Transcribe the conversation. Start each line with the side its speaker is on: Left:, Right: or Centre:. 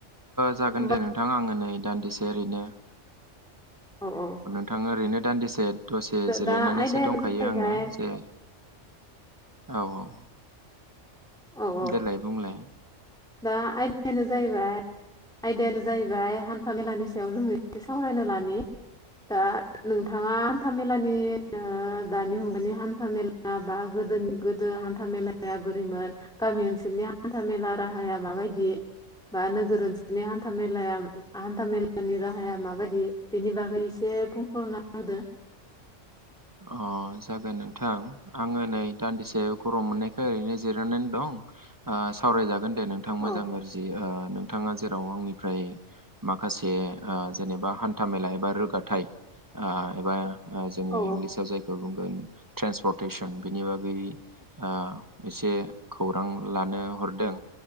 Right: जागोन
Centre: होमबा
Right: दे नोंथां आङो नै दान्दिसे ओरैनो
Centre: अ औ
Right: नोंथां ओरैनो दान्दिसे दसे जिरायनानैसो
Centre: दा आयदायानो
Right: दंखायो
Centre: जाहैबाय
Right: आङो जे औ औ
Centre: औ औ
Right: देलाय बुंलाय
Centre: दा आयदायानो जाहैबाय आयदायानो जाहैबाय हान्था मेलानि सायाव जों एसे सावरायनो लानि। दा नोंथाङा हान्था मेलानि ओ दानि मुगानि हान्था मेला दा बा गोदोनि गोदो हान्था मेलाया बोरैमोन गामि ओनसोलनि हान्था मेला राहाया माबायदि बा नोगोर ओनसोलनि हान्था मेलाया हान्था मेलानि राहाया माबायदि? बेनि बागै एसे बुंफोरना होदो।
Right: अ जागोन नोंथां आङो नै दान्दिसे गरम मोननायखाय ओरैनो जिरायनानै दं। ओ सावरायजागोन दे नोंथां मोजां
Centre: औ
Right: गाज्रि नोंथाङा जेराव आंनिफ्राय माखासे ओ जेनेबा हान्थाामेला एबा रोगाथाइ ओ एबा ओ जोङो
Centre: औ
Right: इंलिसाव जायखौ बुंगोन ट्रेन्सपर्टेसन बेनि बागै ओ एसे खौरां लानो हरदों